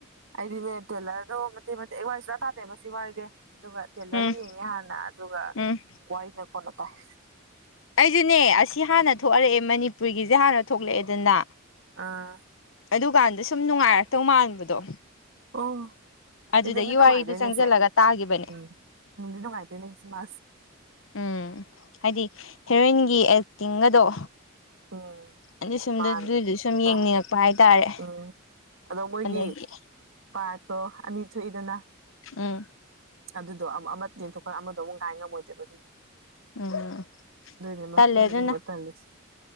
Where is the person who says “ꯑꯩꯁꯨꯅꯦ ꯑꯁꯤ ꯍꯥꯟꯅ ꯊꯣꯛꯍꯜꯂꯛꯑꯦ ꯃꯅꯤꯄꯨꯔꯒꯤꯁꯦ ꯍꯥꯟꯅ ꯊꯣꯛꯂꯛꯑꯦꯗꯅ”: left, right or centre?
Left